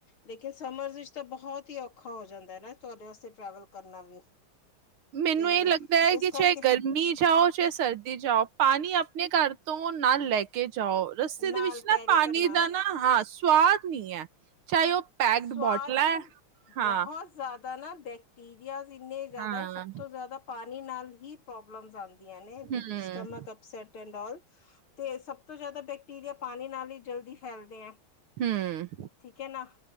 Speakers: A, on the left; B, on the right.
A: ਲੇਕਿਨ ਸਮਰ ਵਿੱਚ ਤਾਂ ਬਹੁਤ ਹੀ ਔਖਾ ਹੋ ਜਾਂਦਾ ਹੈ ਨਾ। ਤੁਹਾਡੇ ਵਾਸਤੇ ਟਰੈਵਲ ਕਰਨਾ ਵੀ।
B: ਮੈਨੂੰ
A: ਤੇ
B: ਇਹ ਲੱਗਦਾ ਹੈ ਕਿ
A: ਇਸ
B: ਚਾਹੇ
A: ਕਰਕੇ
B: ਗਰਮੀ ਜਾਓ ਚਾਹੇ ਸਰਦੀ ਜਾਓ ਪਾਣੀ ਆਪਣੇ ਘਰ ਤੋਂ ਉਹ ਨਾਲ ਲੈ ਕੇ ਜਾਓ ਰਸਤੇ
A: ਨਾਲ
B: ਦੇ ਵਿੱਚ
A: ਕੈਰੀ
B: ਨਾ ਪਾਣੀ
A: ਕਰਨਾ
B: ਦਾ ਨਾ ਹਾਂ ਸਵਾਦ ਨੀ ਹੈ। ਚਾਹੇ ਉਹ ਪੈਕਡ
A: ਸਵਾਦ
B: ਬੋਟਲਾਂ
A: ਨੇ
B: ਹੈ ਹਾਂ,
A: ਬਹੁਤ ਜ਼ਿਆਦਾ ਨਾ ਬੈਕਟੀਰੀਆ ਇੰਨੇ ਜ਼ਿਆਦਾ
B: ਹਾਂ,
A: ਸਭ ਤੋਂ ਜ਼ਿਆਦਾ ਪਾਣੀ ਨਾਲ ਹੀ ਪ੍ਰੌਬਲਮ ਆਂਦੀ ਨੇ
B: ਹੂੰ,
A: ਸਟਮ ਅਸਟਂਲ ਤੇ ਸਭ ਤੋਂ ਜਿਆਦਾ <unintelligible> ਦੇ ਪਾਣੀ ਨਾਲ ਹੀ ਜਲਦੀ ਫੈਲਦੇ ਆ
B: ਹਮ
A: ਠੀਕ ਹੈ ਨਾ